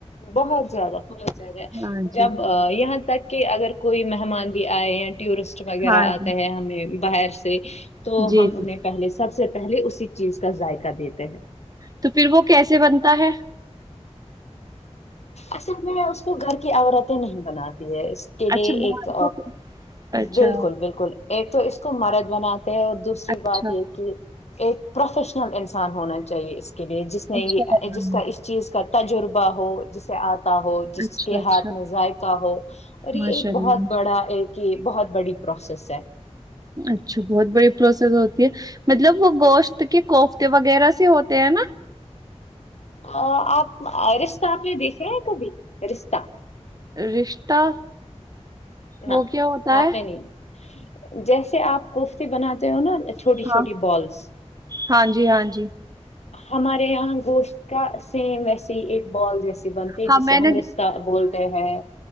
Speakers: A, on the left; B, on the right.
A: بہت زیادہ بہت زیادہ
B: ہاں
A: جب
B: جی
A: یہاں تک کہ اگر کوئی مہمان بھی آئے یا ٹورسٹ وغیرہ
B: ہاں
A: آتا
B: جی
A: ہے ہمیں باہر سے تو
B: جی
A: ہم
B: جی
A: انہیں پہلے سب سے پہلے اسی چیز کا ذائقہ دیتے ہیں
B: تو پھر وہ کیسے بنتا ہے
A: اصل میں اس کو گھر کی عورتیں نہیں بناتی ہے کے لیے
B: اچھا باہر
A: ایک
B: کا اچھا
A: بلکل بلکل ایک تو اس کو مرد بناتے ہیں اور دوسری
B: اچھا
A: بات یہ کہ ایک پروفیشنل انسان ہونا چاہیے اس کے لیے جس نے
B: اچھا
A: یہ
B: بنانا
A: جس کا اس چیز کا تجربہ ہو جسے آتا ہو
B: ہے،
A: جس
B: اچھا
A: کے
B: اچھا
A: ہاتھ میں ذائقہ ہو اور یہ
B: ماشاء
A: ایک
B: اللہ
A: بہت بڑا ایک کہیہ بہت بڑی پروسس ہے
B: اچھا بہت بڑی پروسیس ہوتی ہے مطلب وہ گوشت کے کوفتے وغیرہ سے ہوتے ہیں نا
A: ہاں آپ ا رشتہ آپ نے دیکھا ہے کبھی رشتہ
B: رشتہ
A: نہ
B: وہ کیا ہوتا
A: آپ
B: ہے
A: نے نہیں جیسے آپ کوفتے بناتے ہو نا چھوٹی
B: ہاں
A: چھوٹی بلس
B: ہاں جی ہاں جی
A: ہمارے یہاں گوشت کا سیم ویسے ہی ایک بال جیسے بنتی
B: ہاں
A: جسے
B: میں
A: ہم رشہ بولتے ہیں